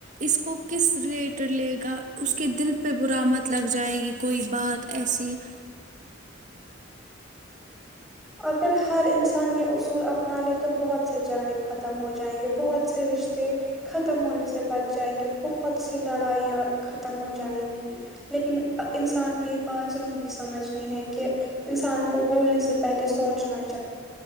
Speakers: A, on the right; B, in the centre.
A: اس کو کس ریلیٹڈ لے گا اس کے دل پہ برا مت لگ جائے گی کوئی بات ایسی
B: اگر ہر انسان یہ اصول اپنا لے تو بہت سے جھگڑے ختم ہو جائیں گے بہت سے رشتے ختم ہونے سے بچ جائیں گے بہت سی لڑائیاں ختم ہو جائیں گی لیکن انسان کو یہ بات ضروری سمجھ ہے کہ انسان کو بولنے سے پہلے سوچنا تھا